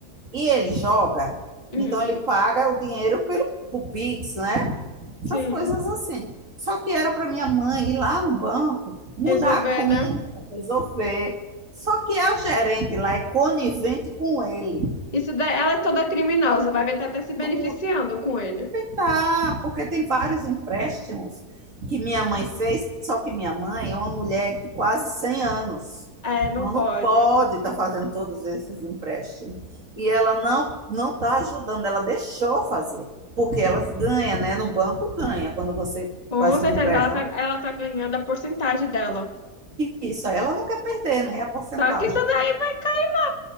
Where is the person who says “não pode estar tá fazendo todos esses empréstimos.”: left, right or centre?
Right